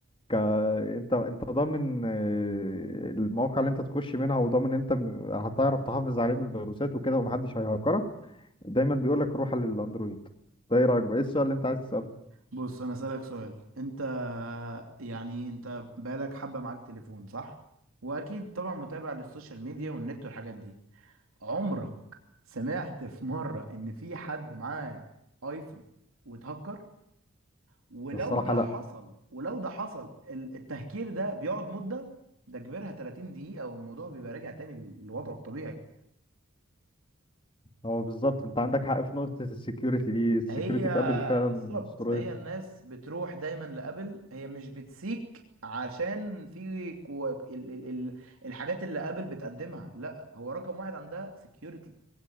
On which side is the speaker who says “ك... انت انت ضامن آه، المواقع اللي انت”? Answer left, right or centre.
Left